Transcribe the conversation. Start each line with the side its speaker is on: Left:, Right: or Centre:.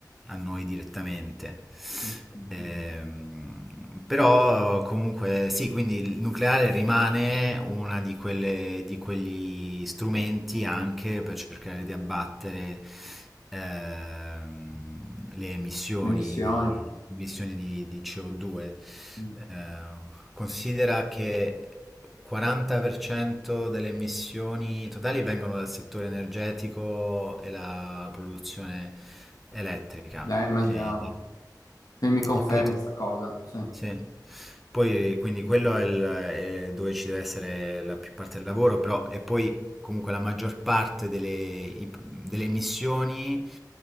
Centre: a noi direttamente.
Left: Mm, mm,
Centre: Ehm,
Left: mm.
Centre: però comunque sì, quindi il nucleare rimane una di quelle, di quegli strumenti anche per cercare di abbattere ehm, le emissioni
Left: Le missioni.
Centre: di, emissioni di, di CO2.
Left: Mm.
Centre: Eh, considera che 40% delle emissioni totali vengono dal settore energetico e la produzione elettrica.
Left: Dai, immaginavo.
Centre: E,
Left: Quindi mi confermi
Centre: e poi tut-
Left: questa cosa. Sì.
Centre: sì. Poi, quindi quello è, il- è dove ci deve essere la più parte del lavoro, però e poi comunque la maggior parte delle, i- delle emissioni